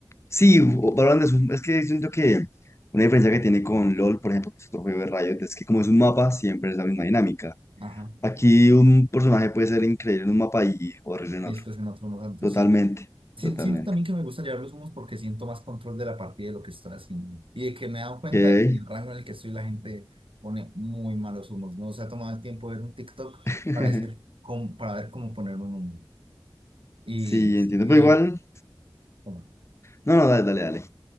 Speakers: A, on the left; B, on the right.
A: Sí, o- Valorant es, un- es que siento que una diferencia que tiene con LOL, por ejemplo, que es otro juego de Riot, es que como es un mapa, siempre es la misma dinámica.
B: Ajá.
A: Aquí un personaje puede ser increíble en un mapa y horrible en
B: Y
A: otro.
B: después en otro no tanto,
A: Totalmente,
B: sí, sí. Si-
A: totalmente.
B: Siento también que me gusta llevar los humos porque siento más control de la partida y de lo que estoy haciendo. Y de que me he dado cuenta
A: Ok.
B: de que en el rango en el que estoy la gente pone muy malos humos. No se ha tomado el tiempo de ver un TikTok
A: <laughs>
B: para decir, cómo- para ver cómo poner un humo. Y,
A: Sí, entiendo,
B: y
A: pero igual,
B: bueno,
A: no, no, dale, dale, dale.